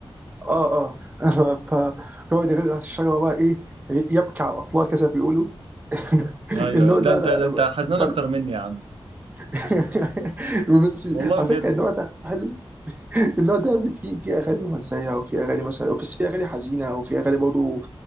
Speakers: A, on the right; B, on the right.
A: اه اه <laughs> فيقعد يغني تحت الشجره بقى ايه يبكي على الاطلال كذا بيقولوا <laughs>
B: ايوه
A: النوع
B: أيوة. ده
A: ده
B: انت
A: انا
B: ده
A: انا
B: انت
A: ب-
B: حزنان
A: ده
B: اكتر مني يا عم
A: <laughs> بس
B: والله
A: على
B: بجد
A: فكره النوع ده حلو النوع ده يا ابني في في اغاني رومانسيه وفي اغاني مثلا بس في اغاني حزينه وفي اغاني برضه